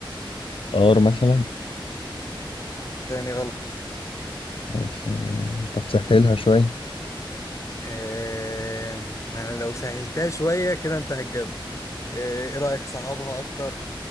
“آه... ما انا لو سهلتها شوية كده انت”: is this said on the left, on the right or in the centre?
Left